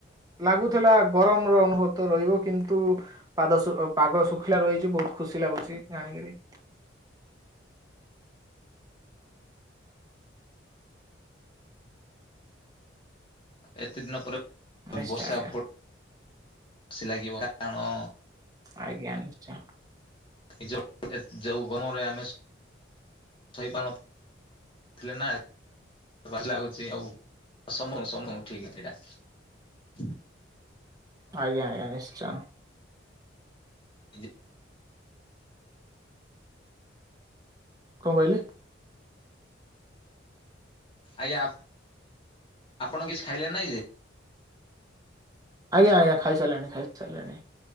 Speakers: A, on the right (about 20°); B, on the left (about 25°).
A: ଲାଗୁଥିଲା ଗରମର ଅନୁଭୂତ ରହିବ କିନ୍ତୁ? ପାଦ ପାଗ ଶୁଖିଲା ରହିଛି ବହୁତ ଖୁସି ଲାଗୁଛି ଜାଣିକିରି।
B: ଏତେ ଦିନ ପରେ
A: ନିଶ୍ଚୟ
B: ବର୍ଷା
A: ଆଜ୍ଞା
B: ପ ଖୁସି ଲାଗିବ କାରଣ
A: ଆଜ୍ଞା ନିଶ୍ଚୟ।
B: ନିଜ ଯେଉଁ ଗଣରେ ଆମେ ଶୋଇପାରୁନୁ <inaudible> ଥିଲେ ନା ଭ ଲାଗୁଛି ଆଉ ସମ ସମ ଠିକ ଏଇଟା। ହ <inaudible>
A: ଆଜ୍ଞା ଆଜ୍ଞା ନିଶ୍ଚୟ।
B: <inaudible>
A: କଣ କହିଲେ?
B: ଆଜ୍ଞା ଆପଣ କିଛି ଖାଇଲେ ନାଇଁ ଯେ।
A: ଆଜ୍ଞା ଆଜ୍ଞା ଖାଇସାରିଲାଣି ଖାଇସାରିଲାଣି